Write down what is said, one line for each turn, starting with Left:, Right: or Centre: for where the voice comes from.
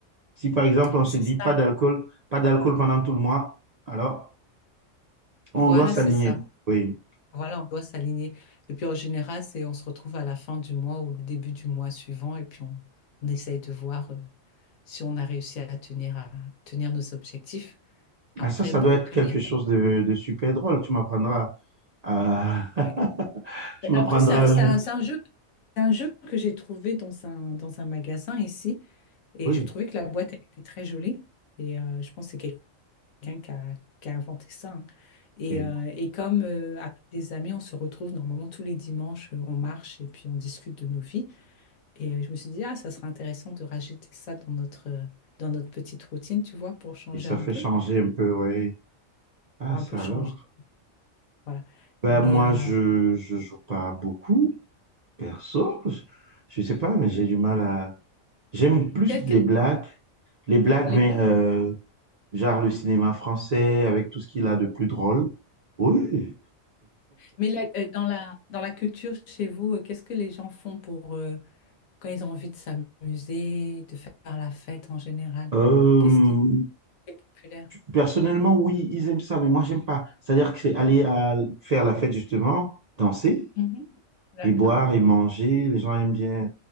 Right: Si par exemple on
Left: C'est
Right: se dit
Left: ça.
Right: pas d'alcool, pas d'alcool pendant tout le mois, alors on
Left: Voilà,
Right: doit s'aligner.
Left: c'est ça.
Right: Oui.
Left: Voilà, on doit s'aligner. Et puis en général, c'est on se retrouve à la fin du mois ou le début du mois suivant, et puis on, on essaye de voir euh, si on a réussi à tenir à tenir nos objectifs. Après,
Right: Ah, ça, ça
Left: bon,
Right: doit être quelque
Left: il n'y a
Right: chose de, de super drôle. Tu m'apprendras à... <laughs>
Left: pas.
Right: Tu
Left: Mais
Right: m'apprendras
Left: Après, c'est un,
Right: à
Left: c'est
Right: jouer.
Left: un- c'est un jeu, c'est un jeu que j'ai trouvé dans un, dans un magasin ici. Et
Right: Oui,
Left: je trouvais que la boîte, elle était très jolie. Et euh, je pense que c'est quelqu'un qui a, qui a inventé ça. hein. Et,
Right: et,
Left: euh, et comme euh, avec des amis, on se retrouve normalement tous les dimanches, euh, on marche et puis on discute de nos vies. Et euh, je me suis dit, ah, ça serait intéressant de rajouter ça dans notre, euh, dans notre petite routine, tu vois, pour changer
Right: et ça
Left: un
Right: fait
Left: peu,
Right: changer un peu, oui. Ah,
Left: pour un
Right: ça
Left: peu changer.
Right: alors.
Left: Voilà.
Right: Ben,
Left: Mais
Right: moi,
Left: euh,
Right: je je joue pas beaucoup, perso. Je, je sais pas, mais j'ai du mal à... J'aime plus
Left: quelles, quelles-
Right: les blagues. Les blagues,
Left: les
Right: mais
Left: blagues?
Right: euh, genre le cinéma français, avec tout ce qu'il a de plus drôle. Oui,
Left: Mais la- euh, dans la, dans la culture chez vous, euh, qu'est-ce que les gens font pour euh, quand ils ont envie de s'amuser, de faire la fête en général?
Right: Euh,
Left: Qu'est-ce qui est populaire?
Right: personnellement, oui, ils aiment ça, mais moi, j'aime pas. C'est-à-dire que c'est aller à faire la fête, justement, danser
Left: Mhm. D'accord,
Right: et boire et manger. Les gens aiment bien,